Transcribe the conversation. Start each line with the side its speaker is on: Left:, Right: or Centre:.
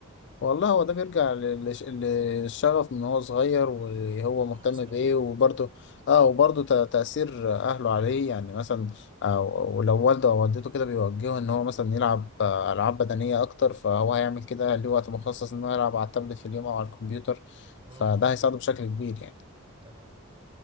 Left: والله هو ده بيرجع للش- للشغف من هو صغير وهو مهتم
Right: والاستخدام
Left: بايه وبرده
Right: يعني
Left: اه وبرده تاثير اهله عليه يعني مثلا آه، ولو والده او والدته كده بيوجهه ان هو مثلا يلعب آه، العاب بدنيه اكتر فهو هيعمل كده ليه وقت مخصص انه يلعب على التابلت في اليوم او على الكمبيوتر
Right: امم
Left: فده هيساعده بشكل كبير يعني
Right: تمام